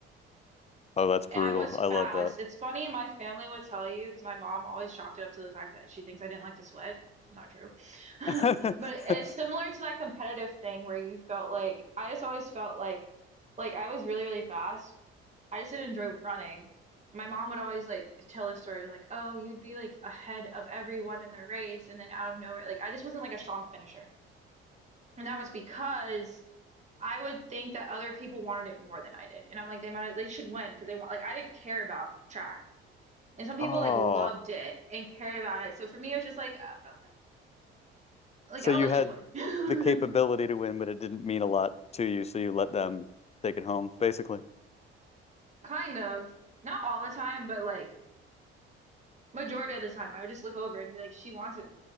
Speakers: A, on the left; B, on the right.
A: Oh, that's brutal.
B: And I was
A: I love
B: fast.
A: that.
B: It's funny, my family would tell you because my mom always chalked it up to the fact that she thinks I didn't like to sweat. Not true. <laughs> But
A: <laughs>
B: it's similar to that competitive thing where you felt like I just always felt like like I was really, really fast. I just didn't enjoy running. My mom would always like tell this story like, "Oh, you'd be like ahead of everyone in the race and then out of nowhere." Like I just wasn't like a strong finisher. And that was because I would think that other people wanted it more than I did. And I'm like, they might they should win because they want like I didn't care about track. And some people
A: Oh,
B: like loved it and cared about it. So for me, it was just like uh, uh, like
A: so
B: I'll
A: you
B: let
A: had
B: you win.
A: the capability
B: <laughs>
A: to win, but it didn't mean a lot to you, so you let them take it home, basically.
B: Kind of. Not all the time, but like majority of the time, I would just look over and be like, she wants it